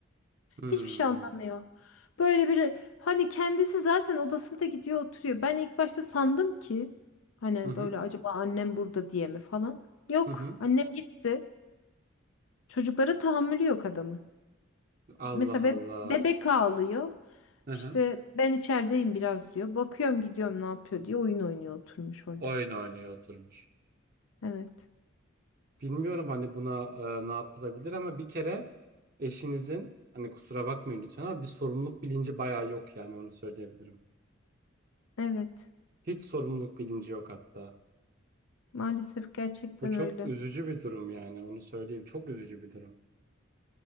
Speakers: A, on the right (about 45°); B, on the left (about 80°).
A: Hmm.
B: Hiçbir şey anlamıyor. Böyle bir hani kendisi zaten odasında gidiyor oturuyor. Ben ilk başta sandım ki hani
A: Hı hı.
B: böyle acaba annem burada diye mi falan. Yok
A: Hı hı.
B: annem gitti. Çocuklara tahammülü yok adamın.
A: Allah
B: Mesela be-
A: Allah.
B: bebek ağlıyor.
A: Hı
B: İşte
A: hı.
B: ben içerideyim biraz diyor. Bakıyorum gidiyorum ne yapıyor diye oyun oynuyor oturmuş orada.
A: Oyun oynuyor oturmuş.
B: Evet.
A: Bilmiyorum hani buna e, ne yapılabilir ama bir kere eşinizin hani kusura bakmayın lütfen ama bir sorumluluk bilinci bayağı yok yani onu söyleyebilirim.
B: Evet.
A: Hiç sorumluluk bilinci yok hatta.
B: Maalesef gerçekten
A: Bu çok
B: öyle.
A: üzücü bir durum yani onu söyleyeyim. Çok üzücü bir durum.